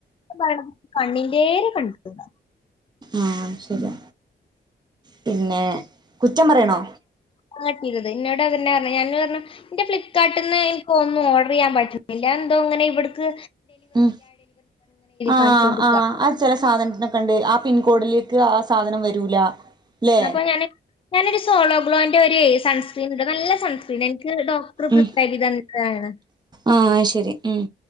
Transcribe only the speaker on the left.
പടം കണ്ണിന്റേരെ കണ്ടുട
<unintelligible> ഇന്നോട് അതന്നെ പറഞ്ഞെ <unintelligible> ഇന്റെ ഫ്ലിപ്കാർട്ടിന്ന് പ്പൊ ഒന്നും ഓർഡറെയ്യാൻ പറ്റുന്നില്ല അതെന്തോ ഇങ്ങനെ ഇവിടുക്ക്
കാണിച്ചുകൊണ്ടിരിക്കുക
അപ്പൊ ഞാൻ ഞാനൊരു സോളൊഗ്ലോന്റെ ഒരു സൺസ്ക്രീൻ ഉണ്ട് നല്ല സൺസ്ക്രീൻ എനിക്ക് ഡോക്ടർ പ്രത്യേകത
ന്താണ്